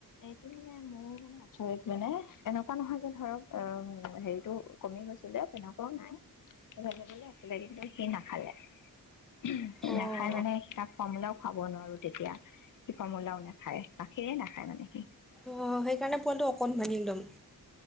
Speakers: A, on the left; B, in the centre.
A: এইটো মানে, ময়ো মানে আচৰিত মানে। এনেকুৱা নহয় যে, ধৰক, অ', হেৰি টো কমি গৈছিলে তেনেকুৱাও নাই। বেলেগলে আছিলে, কিন্তু সি না হা <unintelligible>
B: অ'
A: নাখায় মানে তাক পানীলাও খাব নোৱাৰোঁ তেতিয়া। সি কমলাও নাখায়, গাখীৰে নাখায়, মানে <inaudible>
B: অ', সেইকাৰণে পোৱালিটো অকণমানী একদম।